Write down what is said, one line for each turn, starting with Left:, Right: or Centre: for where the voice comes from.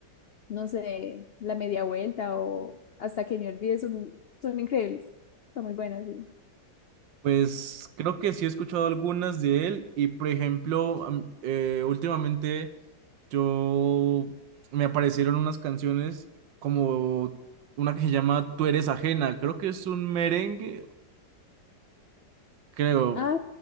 Left: no sé, La Media Vuelta o Hasta que me olvide, son, son increíbles, son muy buenas, sí.
Right: Pues creo que sí he escuchado algunas de él y por ejemplo, am- eh, últimamente... Yo me aparecieron unas canciones como una que se llama Tú eres ajena, creo que es un merengue, creo.
Left: Ah,